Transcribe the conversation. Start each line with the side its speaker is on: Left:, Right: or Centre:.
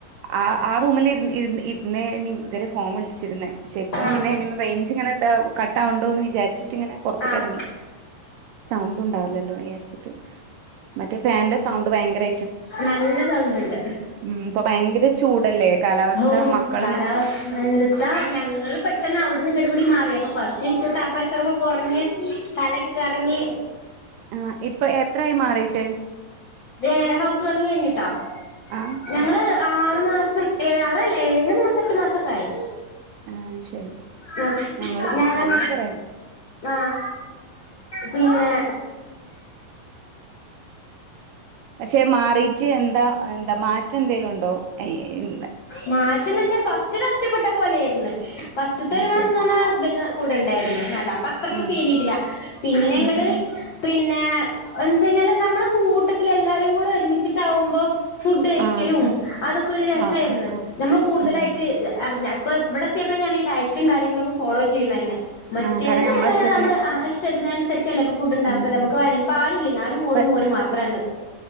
Right: ആ, റൂമിൽ ഇരുന്ന ഇരെ ഫോൺ വി വിളിച്ചിരുന്നേ, പക്ഷെ ഇപ്പം
Left: ആഹ്
Right: പിന്നെ എങ്ങനെ റേഞ്ച് ഇങ്ങനെ കട്ടാവാണ്‌ ഉണ്ടോ എന്ന് വിചാരിച്ചിട്ട് ഇങ്ങനെ പുറത്തക്കറങ്ങി,
Left: ആഹ്
Right: സൗണ്ട് ഉണ്ടാവില്ലല്ലോ വിചാരിച്ചിട്ട്. മറ്റേ ഫാന്റെ സൗണ്ട് ഭയങ്കര
Left: നല്ല സൗണ്ട് ഉണ്ട്
Right: ഉം ഇപ്പൊ ഭയങ്കര ചൂടല്ലേ കാലാവസ്ഥ
Left: ഓ
Right: മക്കളൊന്നും
Left: കാലാവസ്ഥ എന്ത് ഇത്താ ഞങ്ങള് പെട്ടെന്ന് അവിട്ന്നിങ്ങട് കൂടി മാറിയപ്പൊ ഫസ്റ്റ് എനിക്ക് പ പ്രഷറൊക്കെ കൊറഞ്ഞ് തലൊക്കെ കറങ്ങി
Right: ആ ഇപ്പൊ എത്രായി മാറിട്ട്
Left: ഏഹ് ഹൗസ് വാമിങ്ങ് കഴിഞ്ഞിട്ടാ
Right: ആഹ്
Left: ഞങ്ങള് ആറു മാസം ഏ ആറല്ലേ ഏഴു മാസം എട്ട് മാസക്കെ ആയി
Right: ആഹ് ശരി
Left: ആ
Right: ഞങ്ങളും
Left: ഞങ്ങൾ
Right: ഞങ്ങളും കൊറേയായി
Left: ആഹ് പിന്നെ
Right: പക്ഷെ മാറിട്ട് എന്താ എന്താ മാറ്റം എന്തേലും ഉണ്ടോ അയ്യേൻ
Left: മാറ്റന്ന് വെച്ചാ ഫസ്റ്റൊര് ഒറ്റപ്പെട്ട പോലെെയാര്ന്ന് ഫസ്റ്റത്തെ
Right: അത്
Left: ഒരു മാസം
Right: ശരി
Left: ന്ന് പറഞ്ഞാ ഹസ്ബന്റ് കൂടെണ്ടായിരുന്നു കാരണം അപ്പ അത്രക്ക്
Right: ആഹ്
Left: ഫീല് ചെയ്തില്ല പിന്നെ അങ്ങട്
Right: ഉം ഉം ഉം
Left: പിന്നെ എന്ന്വെച്ച് കഴിഞ്ഞാല് നമ്മള് കൂട്ടത്തിലെല്ലാരും കൂടെ ഒരുമിച്ചിട്ടാവുമ്പോ ഫുഡ് കഴിക്കലും
Right: ആഹ്
Left: അതൊക്കെ ഒരു രസായിരുന്നു
Right: ആഹ് ആഹ് ആഹ്
Left: നമ്മള് കൂടുതലായിട്ട്
Right: ആഹ്
Left: എറങ്ങാ ഇപ്പൊ ഇവിടെ എത്തിയപ്പോഴ് ഞാന് ഈ ഡയറ്റും കാര്യങ്ങളൊക്കെ ഫോളോ ചെയ്യുണന്നെ മറ്റേത്
Right: ആഹ് കാരണം നമ്മളെ
Left: എൽ
Right: ഇഷ്ടത്തിന്
Left: നമ്മള് ച്ചത്തിനനുസരിച്ചല്ലെ ഇപ്പൊ ഫുഡ് ഉണ്ടാക്കല്
Right: ഉം
Left: നമുക്ക്
Right: ഉം
Left: വേണെങ്കി ഇപ്പോ ആരുംല്ല ഞാനും മോളും
Right: ഇപ്പ
Left: മോനും മാത്രെ ഉള്ളത്